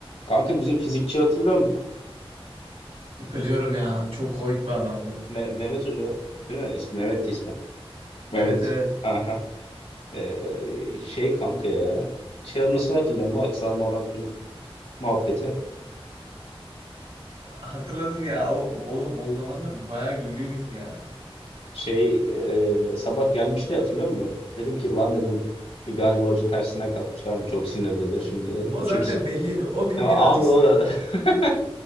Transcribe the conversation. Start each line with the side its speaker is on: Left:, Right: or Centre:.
Left: Kanka bizim fizikçi hatırlıyor musun?
Right: Hatırlıyorum ya. Çok komik bir adamdı.
Left: Me- Mehmet Hoca değil mi? İsmi Mehmet'ti ismi. Mehmet.
Right: Evet evet.
Left: Aha. Ee, şey kanka ya. Şey nasıl hatırlıyor musun? Açısal momentum muhabbeti.
Right: Hatırladım ya. O, oğlum o zamanlar bayağı güldüydük ya.
Left: Şey ee, sabah gelmişti hatırlıyor musun? Dedim ki lan dedim "bir galiba hoca tersinden kalkmış tamam mı? Çok sinirlidir şimdi dedim.
Right: O
Left: Çünkü
Right: zaten belliydi. O gün
Left: Ya abi
Right: birazcık sinirliydi.
Left: o <laughs>